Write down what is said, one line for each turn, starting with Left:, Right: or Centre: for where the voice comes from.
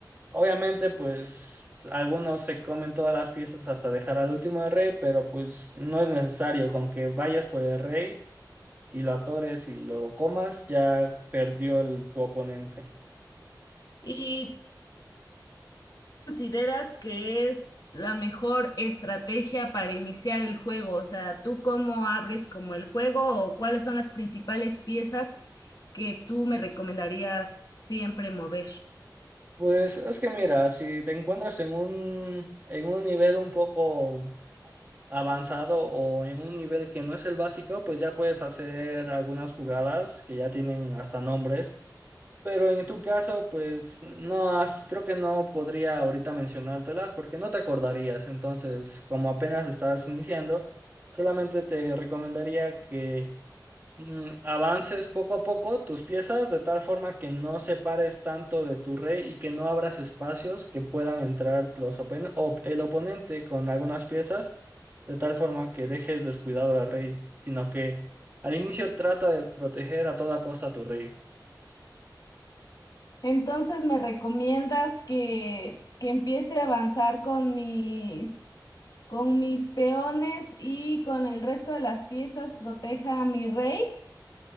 Right: Obviamente, pues algunos se comen todas las piezas hasta dejar al último de rey, pero pues no es necesario. Con que vayas por el rey y lo atores y lo comas, ya perdió el, tu oponente.
Left: Y consideras que es la mejor estrategia para iniciar el juego? O sea, ¿tú cómo abres como el juego o cuáles son las principales piezas que tú me recomendarías siempre mover?
Right: Pues es que mira, si te encuentras en un, en un nivel un poco avanzado o en un nivel que no es el básico, pues ya puedes hacer algunas jugadas que ya tienen hasta nombres. Pero en tu caso, pues no has, creo que no podría ahorita mencionártelas porque no te acordarías. Entonces, como apenas estás iniciando, solamente te recomendaría que mm, avances poco a poco tus piezas de tal forma que no separes tanto de tu rey y que no abras espacios que puedan entrar los open- op- el oponente con algunas piezas de tal forma que dejes descuidado al rey, sino que al inicio trata de proteger a toda costa a tu rey.
Left: Entonces, ¿me recomiendas que, que empiece a avanzar con mis, con mis peones y con el resto de las piezas proteja a mi rey?